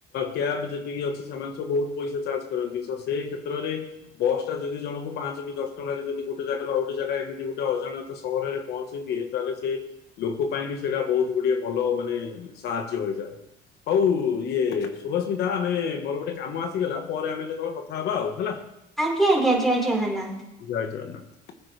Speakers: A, on the left (about 75°); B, in the centre.
A: କ୍ୟାବ ଯେତିକି ଅଛି ସେମାନେ ସବୁ ପଇସା ଚାର୍ଜ କରନ୍ତି ସେ କ୍ଷେତ୍ର ରେ ବସ ଟା ଯଦି ଜଣ ପାଞ୍ଚ ଦ ଟଙ୍କ ଗୋଟେ ଜାଗ ର ଆ ଗଟେ ଜାଗା ଏମିତି ଗୋଟେ ଅଜାଣ ସହରରେ ପହଞ୍ଚି ଦିଏ ତାହେଲେ ସେ ଲୋକ ପାଇଁ ବି ସେଇଟା ବହୁତ ଗୋଟେ ଭଲ ଲୋକ ମାନେ ସାହାଯ୍ୟ ହୋଇଯାଏ। ହଉ ଇଏ ଶଭସ୍ମିତା ଆମେ ମୋର ଗୋଟେ କାମ ଆସିଗଲା ପରେ ଆମେ ଯେତେବେଳେ କଥା ହେବା ଆଉ ହେଲା।
B: ଆଜ୍ଞା, ଆଜ୍ଞା ଜୟ ଜଗନ୍ନାଥ।
A: ଜୟ ଜଗନ୍ନାଥ।